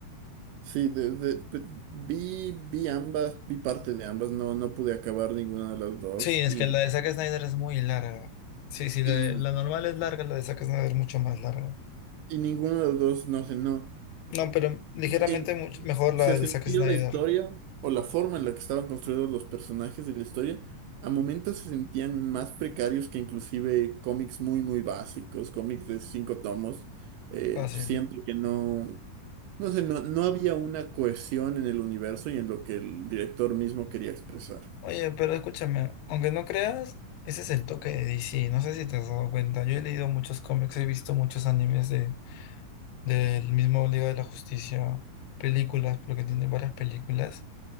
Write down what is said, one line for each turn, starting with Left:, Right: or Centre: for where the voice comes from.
Right: Sí, de- de- pe- vi, vi ambas, vi parte de ambas, no, no pude acabar ninguna de las dos
Left: Sí, es
Right: y,
Left: que la de Zack Snyder es muy larga. Sí, sí, la,
Right: y,
Left: de- la normal es larga, la de Zack Snyder es mucho más larga.
Right: y ninguno de los dos, no sé, no.
Left: No, pero ligeramente
Right: en-
Left: much- mejor la
Right: se sentía
Left: de Zack Snyder.
Right: la historia o la forma en la que estaban construidos los personajes de la historia, a momentos se sentían más precarios que inclusive cómics muy, muy básicos, cómics de cinco tomos. Eh,
Left: Fácil.
Right: siento que no, no sé, no, no había una cohesión en el universo y en lo que el director mismo quería expresar.
Left: Oye, pero escúchame, aunque no creas, ese es el toque de DC. No sé si te has dado cuenta. Yo he leído muchos cómics, he visto muchos animes de, del mismo Liga de la Justicia, películas, porque tiene varias películas.